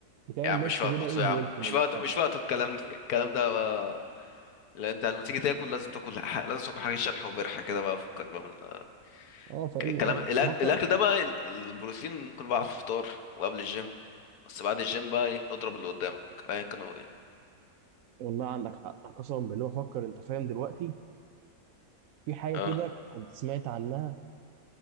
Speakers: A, on the right; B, on the left.
A: بتعمل
B: يا عم
A: ميكس
B: مش وقته
A: كده ايه بيلكم
B: يا عم مش
A: وبيشبع
B: وقته مش وقته الكلام ده الكلام ده بقى. لا انت لما تيجي تاكل لازم تاكل ح- لازم تاكل حاجه شرح وبرح كده بقى فكك بقى من ال-
A: اه فاهمني
B: الكلام
A: اه
B: الأك-
A: بفكر
B: الاكل ده بقى ال- البروتين ممكن بقى في الفطار وقبل الجيم بس بعد الجيم بقى إيه، اضرب اللي قدامك ايا كان هو ايه
A: والله عندك حق أنا قسما بالله بفكر انت فاهم دلوقتي في حاجه
B: اه
A: كده كنت سمعت عنها